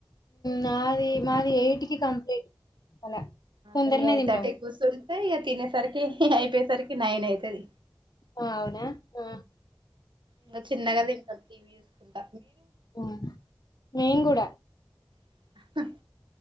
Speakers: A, on the left; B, on the right.
A: మాది మాది ఎయిట్ కి కంప్లీట్ అలా తొందరనే
B: మేము ఎయిట్
A: తింటాము
B: థర్టీ కూర్చంటే ఇక తినేసరికి అయిపోయేసరికి నైన్ అయితది
A: ఆ అవునా ఆ
B: ఇంక చిన్నగ ది టీవీ ట
A: అ మేమ్ గూడా
B: - అ